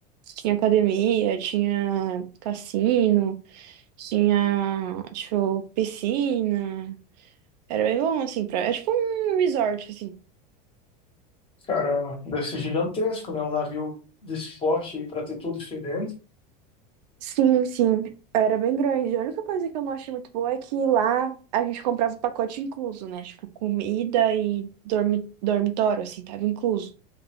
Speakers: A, on the right; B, on the left.
A: Tinha academia, tinha cassino, tinha, tipo, piscina. Era bem bom assim, pra... é tipo um resort assim.
B: Cara, deve ser gigantesco, né? Um navio desse porte aí pra ter tudo isso aí dentro.
A: Sim, sim. Era bem grande. A única coisa que eu não achei muito boa é que lá a gente comprava o pacote incluso, né? Tipo, comida e dormi dormitório, assim, tava incluso.